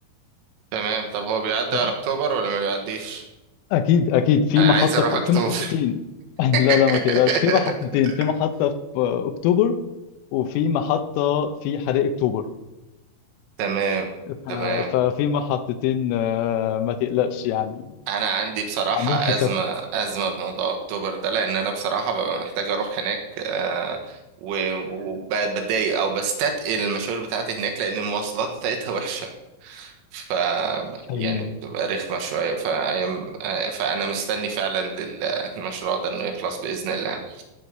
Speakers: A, on the right; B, on the left.
A: تمام طب هو بيعدي
B: ف-
A: على اكتوبر ولا ما بيعديش
B: اكيد اكيد في
A: انا
B: محطة
A: عايز اروح
B: في
A: اكتوبر
B: في محطتين <laughs> لا
A: <laughs>
B: لا ما تقلقش في محطتين في محطة في آه، اكتوبر وفي محطة في حدائق اكتوبر
A: تمام
B: ف-
A: تمام
B: ففي محطتين آه، ما تقلقش يعني
A: انا عندي بصراحة
B: عاملين حسابكم
A: ازمة ازمة بموضوع اكتوبر ده لان انا بصراحة ببقى محتاج اروح هناك آه، و- وبتضايق او بستثقل المشاوير بتاعتي هناك لان المواصلات بتاعتها وحشة ف يعني
B: حقيقي
A: بتبقى رخمة شوية فأيام آه، فأنا مستني فعلا للمشروع ده إنه يخلص بإذن الله